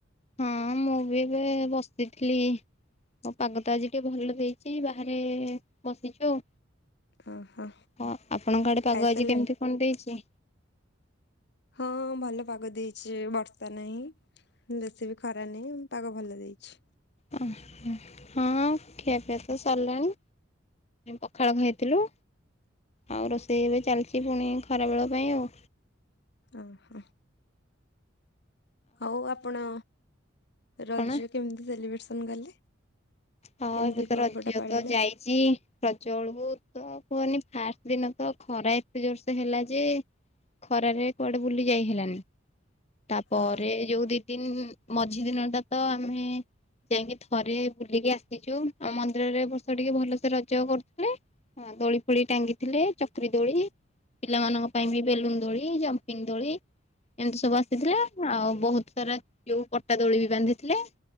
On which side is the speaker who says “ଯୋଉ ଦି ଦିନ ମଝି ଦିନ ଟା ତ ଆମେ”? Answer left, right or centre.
Left